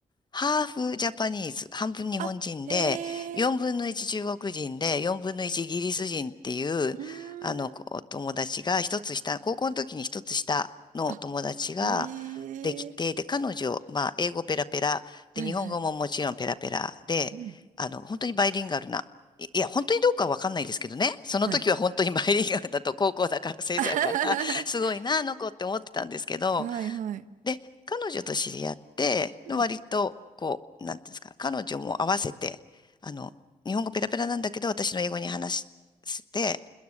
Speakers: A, on the left; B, on the right.
A: ハーフジャパニーズ、半分日本人で、
B: あ、へえ。
A: 4分の1中国人で、4分の1イギリス人っていう、
B: うーん。
A: あの、こう友達が一つ下、高校の時に一つ下の友達が
B: あ、へ
A: できて、
B: え。
A: で、彼女、まあ、英語ペラペラ、で、
B: はいはい。
A: 日本語ももちろんペラペラで、
B: うん。
A: あの、本当にバイリンガルな、いいや、本当にどうかわかんないですけどね、その時は本当にバイリンガルだと、
B: はい。
A: 高校だから、先生だから、
B: <laughs>
A: すごいな、あの子って思ってたんですけど、
B: はいはい。
A: で、彼女と知り合って、
B: うん
A: 割と、こう、なんていうんですかね、彼女も合わせて、あの、日本語ペラペラなんだけど、私の英語に話して、